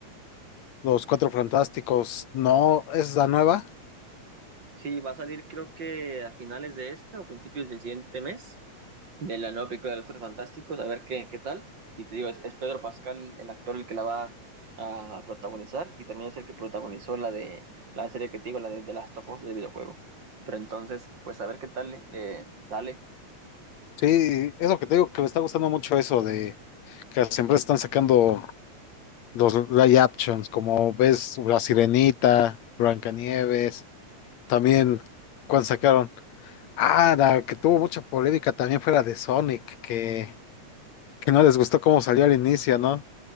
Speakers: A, on the left (about 70°); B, on the right (about 40°).
A: Los Cuatro Fantásticos. No, es la nueva.
B: Sí, va a salir creo que a finales de este o principios del siguiente mes. de la nueva película de los Cuatro Fantásticos, a ver qué, qué tal. Y te digo, es, es Pedro Pascal el actor el que la va a protagonizar y también es el que protagonizó la de la serie que te digo, la de The Last of Us del videojuego. Pero entonces, pues a ver qué tal le le sale.
A: Sí, es lo que te digo que me está gustando mucho eso de que las empresas están sacando los live actions, como ves La Sirenita, Blancanieves, también cuando sacaron, ah, la que tuvo mucha polémica también fue la de Sonic, que, que no les gustó cómo salió al inicio, ¿no?